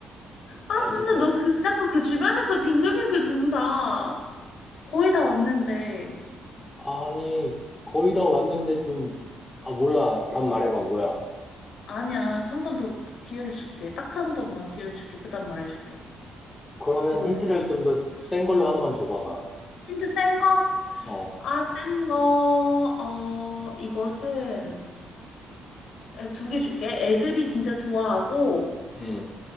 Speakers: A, on the left (about 70°); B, on the left (about 20°).
A: 아
B: 아닌데.
A: 진짜 너 그 자꾸 그 주변에서 빙글빙글 돈다. 거의 다 왔는데.
B: 아니, 거의 다 왔는데 좀, 아, 몰라. 답 말해봐, 뭐야.
A: 아니야. 한 번 더 기회를 줄게. 딱 한 번만 기회를 줄게. 그다음 말해줄게.
B: 그러면
A: 모르겠어.
B: 힌트를 좀 더 센 걸로 하나만 줘봐봐.
A: 힌트 센 거?
B: 어,
A: 아, 센 거. 어, 이것은 두 개 줄게. 애들이 진짜 좋아하고,
B: 음.